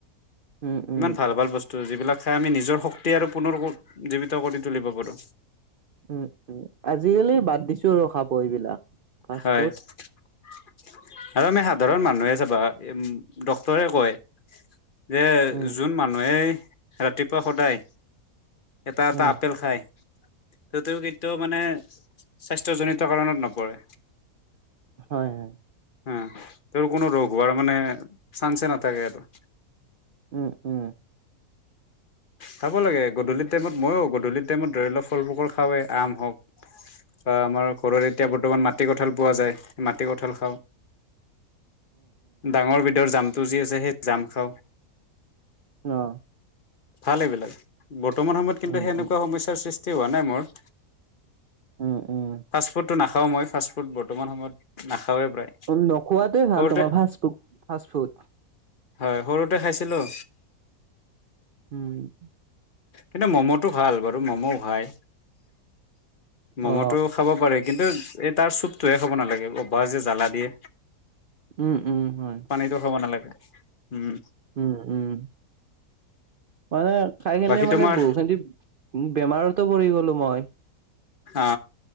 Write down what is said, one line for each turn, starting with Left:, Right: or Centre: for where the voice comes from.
Right: উম উম
Left: ইমান ভাল ভাল বস্তু ত' যিবিলাক খাই আমি নিজৰ শক্তি আৰু পুনৰ জীৱিত কৰি তুলিব পাৰো।
Right: উম উম, আজিকালি বাদ দিছো ৰ খাব এইবিলাক। ফাষ্ট
Left: খায়
Right: ফুড
Left: আৰু আমি সাধাৰণ মানুহে চাবা ডক্তৰে কয় যে
Right: উম
Left: যোন মানুহে ৰাতিপুৱা সদায় এটা এটা
Right: উম
Left: আপেল খাই, ততেও কিন্তু মানে স্বাস্থ্যজনিত কাৰণত নপ কৰে।
Right: হয় হয়।
Left: হ, তেওঁৰ কোনো ৰোগ হোৱাৰ মানে চান্সে নাথাকে এটো।
Right: উম উম।
Left: চাব লাগে, গধূলি টাইমত মইয়ো, গধূলিৰ টাইমত ধৰি লওক ফল ফুকল খাৱেই আম হওক বা আমাৰ ঘৰত এতিয়া বৰ্তমান মাটি কঁঠাল পোৱা যায়, মাটি কঁঠাল খাওঁ। ডাঙৰ বিধৰ জামটো যি আছে সেই জাম খাও।
Right: অ।
Left: ভাল এইবিলাক, বৰ্তমান সময়ত কিন্তু
Right: উম
Left: সেই এনেকুৱা সমস্যাৰ সৃষ্টি হোৱা নাই মোৰ।
Right: উম উম।
Left: ফাষ্টফুডটো নাখাওঁ মই, ফাষ্টফুড বৰ্তমান সময়ত নাখাৱেই প্ৰায়।
Right: উম নোখোৱাটোৱে ভাল
Left: সৰুতে
Right: তোমাৰ ফাচ ফু ফাষ্ট ফুড।
Left: হয় সৰুতে খাইছিলোঁ।
Right: উম।
Left: কিন্তু ম'ম'টো ভাল বাৰু, ম'ম'ও খাই। ম'ম'টো
Right: অ
Left: খাব পাৰে কিন্তু এই তাৰ চুপটোহে খাব নালাগে অভাৰ যে জ্বালা দিয়ে।
Right: উম উম হয়।
Left: <unintelligible> নালাগে উম।
Right: উম উম মানে খাইখিনি
Left: বাকী
Right: মানে
Left: তোমাৰ
Right: বহুখিনি ওম বেমাৰতো পৰি গ'লো মই।
Left: অ